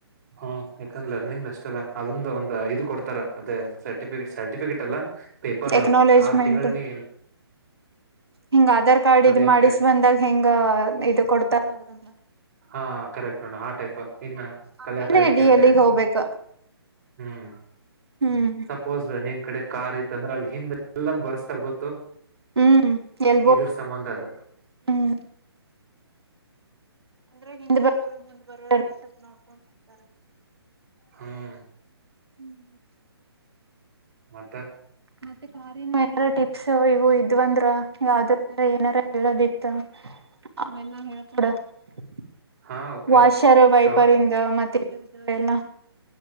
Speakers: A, on the right; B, on the right.
A: ಹಾ ಯಾಕಂದ್ರೆ ಲರ್ನಿಂಗ್ ಅಷ್ಟಲ್ಲ ಅದೊಂದು ಒಂದ್ ಇದು ಕೊಡ್ತಾರ ಅದ ಸರ್ಟಿಫಿಕೇಟ್ ಸರ್ಟಿಫಿಕೇಟ್ ಅಲ್ಲ ಪೇಪರ್ ಒಳಗ
B: ಎಕ್ನಾಲೇಜ್ಮೆಂಟ್
A: ಆರು ತಿಂಗಳಿನ
B: ಹಿಂಗ ಆಧಾರ್ ಕಾರ್ಡ್ ಇ
A: ಅಂತ
B: ಮಾಡಿಸ
A: ಹೇಳಿ
B: ಬಂದಾಗ ಹೆಂಗ ಇದು ಕೊಡ್ತಾರ ಅದ್ರಂಗ
A: ಹಾ ಕರೆಕ್ಟ್ ನೋಣ ಆ ಟೈಪ್ ಇನ್ನ
B: ಆಮೇಲೆ
A: ಕಲ್ಯಾತ ರೀಚೆ
B: ಡಿ
A: ಅಂತ
B: ಎಲ್ಲಿಗ್
A: ಹೇಳಿ
B: ಹೋಗ್ಬೇಕ
A: ಹ್ಮ್
B: ಹ್ಮ್
A: ಸಪೋಸ್ ನಿನ್ ಕಡೆ ಕಾರ್ ಐತ್ತಂದ್ರ ಅಲ್ಲಿ ಹಿಂದ್ ಎಲ್ಲಂದ ಬರ್ಸ್ತಾರಾರ್ ಗೊತ್ತು
B: ಹ್ಮ್ ಎಲ್
A: <unintelligible>
B: ಬೋರ್ಡ್
A: ಇದ್ರ
B: ಅಂತ
A: ಸಂಬಂಧ ಅದು
B: ಹ್ಮ್ ಅಂದ್ರೆ ಹಿಂದ್ ಬರೋರು ಮುಂದ್ ಬರೋರು ಎಲ್ಲ ಸ್ವಲ್ಪ ನೋಡ್ಕೊಂಡು ಹೋಗ್ತಾರೆ <inaudible>
A: ಹ್ಮ್
B: ಹ್ಮ್
A: ಮತ್ತೆ
B: ಮತ್ತೆ ಕಾರಿನ ಏನಾರ ಟಿಪ್ಸ್ ಇವು ಇದ್ವಂದ್ರ ಯಾವ್ದ್ರ್ದ ಏನಾರ ಹೇಳೋದಿತ್ತ <inaudible> ಅವೆಲ್ಲಾ ಹೇಳ್ಕೊಡ <inaudible>
A: ಹಾ ಓಕೆ
B: ವಷರ ವೈಪರಿಂದ
A: ಶೋರ್
B: ಮತ್ತೆ ಇದ್ದ ಎಲ್ಲಾ